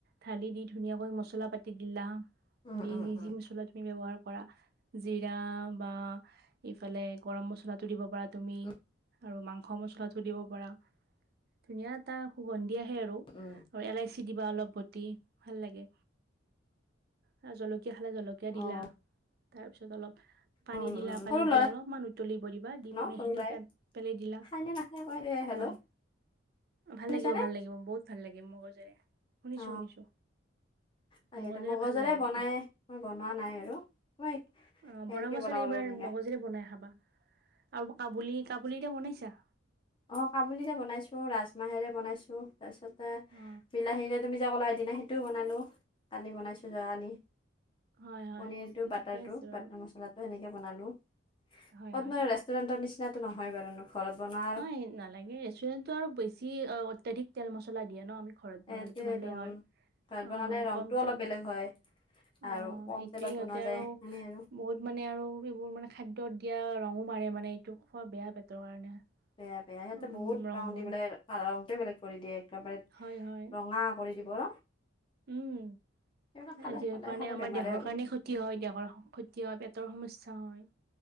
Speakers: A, on the right; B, on the left.
A: ঢালি দি ধুনীয়াকৈ মছলা পাতি দিলা,
B: উম উম
A: দি
B: উম
A: যি যি মছলা তুমি ব্যৱহাৰ পৰা জিৰা বা এইফালে গৰম মছলাটো দিব পাৰা তুমি
B: উম
A: আৰু মাংস - মছলাটো দিব পাৰা, ধুনীয়া এটা সুগন্ধি আহে আৰু।
B: উম
A: আৰু ইলাইচি দিবা অলপ বতি ভাল লাগে আৰু জলকীয়া খালে জলক কীয়া দিলা
B: অ
A: তাৰপিছত অলপ পানী
B: উম
A: দিলা,
B: উম
A: পানী
B: সৰু ল'ৰা
A: দিয়া অলপমান উতলিব দিবা, দি
B: ন
A: পনীৰখিনি
B: সৰু ল'ৰাই
A: তাত পেলাই দিলা
B: খাইনে নাখায় আকৌ এ হেল্ল'
A: হয়, ভাল
B: শুনিছানে
A: লাগিব ভাল লাগিব বহুত ভাল লাগিব মগজৰে। শুনিছো
B: অ
A: শুনিছো,
B: তাকেতো
A: মগজেৰে
B: মগজৰে
A: ভাল লাগে।
B: বনাই মই বনোৱা নাই আৰু। মই
A: অ
B: সেনেকে
A: বনাবাচোন
B: বনাওঁ
A: এইবাৰ
B: আৰু এনেকে
A: মগজিৰে বনাই খাবা আৰু কাবুলি - কাবুলি এতিয়া বনাইছা?
B: অ কাবুলিৰে বনাইছো, ৰাজমাহেৰে বনাইছো তাৰপিছতে
A: অ
B: বিলাহীৰে তুমি যে ক'লা এদিনা সেইটোও বনালো, কালি বনাইছো যোৱা কালি।
A: হয় হয়
B: পনীৰটো বাটাৰটো,
A: ঠিকে আছে বাৰু
B: বাটাৰ মচলাটো এনেকে বনালো।
A: হয়
B: এ
A: হয়
B: তোমাৰ ৰেষ্টুৰেন্টৰ নিচিনাটো নহয় বাৰুনো ঘৰত বনা
A: নহয় নালাগে ৰেষ্টুৰেন্টৰ আৰু বেছি অত্যাধিক তেল মছলা দিয়ে ন আমি ঘৰত
B: সেইটোৱেইটো
A: বনালেতো ভালেই হয়,
B: ঘৰত বনালে
A: অ
B: ৰংটো
A: কম
B: অলপ
A: তেল অ
B: বেলেগ হয় আৰু কম
A: সেইটোৱে
B: তেলত
A: সিহতে
B: বনোৱা যায়
A: আৰু
B: সেনে আৰু
A: বহুত মানে আৰু এইবোৰ মানে খাদ্যত দিয়া ৰঙো মাৰে মানে এইটো খোৱা বেয়া পেটৰ কাৰণে।
B: বেয়া - বেয়া, সিহতে
A: উম
B: বহুত
A: ৰংবোৰ
B: ৰং দি বেলে আ ৰংটোৱে বেলেগ কৰি দিয়ে একেবাৰে
A: হয় হয়
B: ৰঙা কৰি দিব ৰ।
A: উম
B: এইবিলাক খালে
A: আজিৰ
B: সদায়
A: কাৰণে
B: খালে
A: আমাৰ
B: বেমাৰে
A: দেহৰ
B: হ'ব
A: কাৰণে ক্ষতি হয় দেহৰ ক্ষতি হয় পেটৰ সমস্যা হয়।